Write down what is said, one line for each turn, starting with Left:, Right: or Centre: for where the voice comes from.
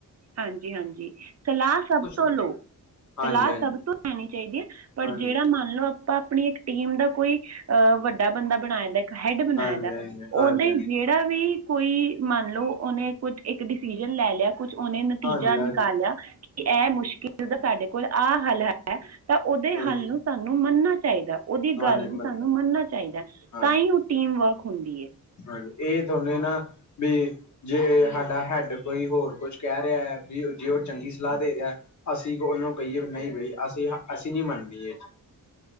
Right: ਹਾਂਜੀ-ਹਾਂਜੀ ਸਲ੍ਹਾ ਸਬ ਤੋਂ
Left: ਬਣੇਗਾ
Right: ਲੋ,
Left: ਹਾਂਜੀ
Right: ਸਲ੍ਹਾ
Left: ਹਾਂਜੀ
Right: ਸਬ ਤੋਂ ਲੈਨੀ ਚਾਈਦੀ ਐ ਪਰ
Left: ਹਾਂਜੀ
Right: ਜੇੜਾ ਮੰਨ ਲੋ ਆਪਾਂ ਅਪਨੀ ਇੱਕ ਟੀਮ ਦਾ ਕੋਈ ਅ ਵੱ ਡਾ ਬੰਦਾ ਬਨਾਏਦਾ ਇੱਕ ਹੈਡ ਬਨਾਏਦਾ
Left: ਹਾਂਜੀ ਹਾਂਜੀ ਹਾਂਜੀ
Right: ਓਦੇ
Left: ਹਾਂਜੀ
Right: ਜੇੜਾ ਵੀ ਕੋਈ ਮੰਨਲਓ ਓਨੇ ਕੁੱਝ ਇੱਕ ਡਿਸੀਜਨ ਲੈ ਲਿਆ ਕੁੱਛ ਓਨੇ ਨਤੀਜਾ
Left: ਹਾਂਜੀ ਹਾਂਜੀ
Right: ਨਿਕਾਲਿਆ ਕਿ ਐ ਮੁਸ਼ਕਿਲ ਦਾ ਸਾਡੇ, ਕੋਲ ਆ ਹੱਲ ਐ ਤਾਂ ਓਦੇ
Left: ਹਾਂਜੀ
Right: ਹੱਲ ਨੂੰ ਸਾਨੂੰ ਮੰਨਣਾ ਚਾਈਦਾ। ਓਦੀ
Left: ਹਾਂਜੀ
Right: ਗੱਲ ਨੂੰ
Left: ਮੰਨ
Right: ਸਾਨੂੰ ਮੰਨਣਾ ਚਾਈਦਾ
Left: ਹਾਂਜੀ
Right: ਤਾਂ ਈ ਓ ਟੀਮ ਵਰਕ ਹੁੰਦੀ ਏ।
Left: ਹਾਂਜੀ ਏ ਤੁਆਨੇ ਨਾ ਵੀ ਜੇ ਸਾਡਾ ਹੈਡ ਕੋਈ ਹੋਰ ਕੁਛ ਕੈ ਰਿਆ ਐ ਵੀ ਜੇ ਓ ਚੰਗੀ ਸਲ੍ਹਾ ਦੇ ਰਿਆ ਅਸੀਂ ਓਨੂੰ ਕਈਏ ਵੀ ਨਈ ਬਈ ਅਸੀਂ ਨਾ, ਅਸੀਂ ਨੀ ਮੰਨਦੀ ਏ।